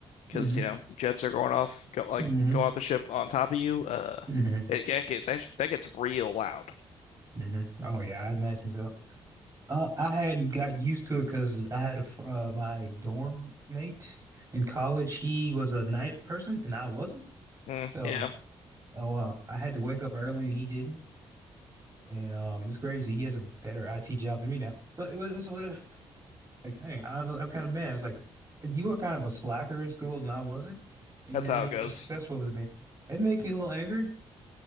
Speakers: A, on the left; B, on the right.
A: because
B: hmm
A: you know jets are going off go like
B: hmm
A: going off the ship on top of you. Uh,
B: hmm
A: it, that get that, that gets real loud.
B: hmm Oh yeah, I imagine so. Uh, I had got used to it because I had a, fr- uh, my dorm mate in college. He was a night person and I wasn't.
A: Mm,
B: So
A: yeah,
B: Oh well, I had to wake up early and he didn't. And um it's crazy. He has a better IT job than me now. But it was what if like dang, I'm I'm kind of mad. It's like you were kind of a slacker in school and I wasn't. And
A: that's
B: now
A: how
B: you're
A: it goes.
B: more successful than me. It makes me a little angry,